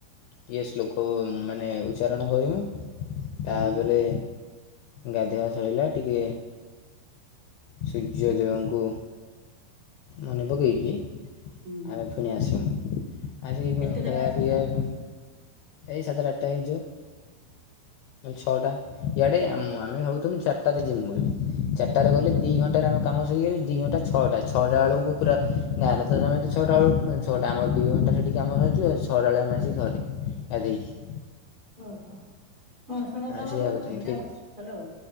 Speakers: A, on the left; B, on the right.
A: ଇଏ ଶ୍ଲୋକ୍। ଉ ମାନେ ଉଚ୍ଚାରଣ କରିବେ।
B: ହୁଁ।
A: ତାପରେ ଗାଧେଇବା ସଇଲା ଟିକେ ସୂର୍ଯ୍ୟ ଦେବଙ୍କୁ ମନେ ପକେଇକି ଆମେ
B: ହୁଁ
A: ପୁଣି ଆସିମୁ, ଆସିକି
B: କେତେଟାରେ
A: ପୁଣି ଖାଇଆ
B: ଆସୁଛ?
A: ପିଇଆ ପୁ ଏଇ ସାତଟା ଆଠଟା ହେଇଯିବ। ନହେଲେ ଛଅଟା ଇଆଡ଼େ ଆମେ ଭାବୁଥିଲୁ ଚାରିଟାରେ ଯିମୁ ବୋଲି ଚାରିଟାରେ
B: ହଁ।
A: ଗଲେ ଦିଇ ଘଣ୍ଟାରେ ଆମେ କାମ ସରିଯଉ ଦି ଘଣ୍ଟା ଛଅଟା ଛଅଟା ବେଳକୁ ପୁରା ଗାଁରେ ତ ସମସ୍ତେ ଛଅଟା ବେଳକୁ ଛଅଟା ଆମର ଦୁଇ ଘଣ୍ଟା ସେଠି କାମ ସରିଯିବ ଛଅଟାବେଳେ ଆସିକି ଘରେ ଗାଧେଇକି।
B: ଓହୋ ହଁ ଶୁଣ ତମର
A: ସେଇଆ ଭାବୁଥିଲୁ
B: ଚିନା
A: ଟିକେ
B: ହାଲୋ।